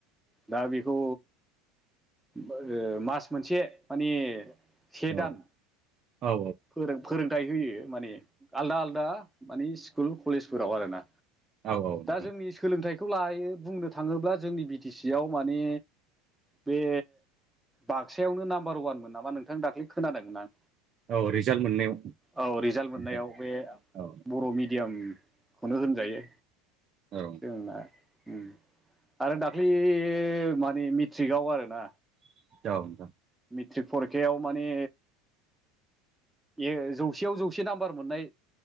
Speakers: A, in the centre; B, on the right (about 45°).
A: दा बेखौ मा मास मोनसे माने से
B: औ
A: दान
B: औ
A: फोरों फोरोंथायाइ होयो माने आलदा आलदा मानि स्कुल कलेजफोराव आरोना
B: औ औ नोंथां
A: दा जोंनि सोलोंथाइ लायो बुंनो थाङोब्ला जोंनि बि टि सि आव माने बे बाक्सायावनो नाम्बार ववानमोन नामा नोंथां दाख्लै खोनादोंमोन आं
B: औ रिजाल्ट मोननायाव
A: औ रिजाल्ट मोननायाव
B: नोंथां
A: बे
B: औ
A: बर' मिडियाम खौनो होनजायो
B: औ
A: जोंना ओम आरो दाख्ललि मानि मेट्रिकआव आरोना
B: <unintelligible>
A: मेट्रिक परिखायाव मानि ए जौसेयाव जौसे नाम्बार मोननाय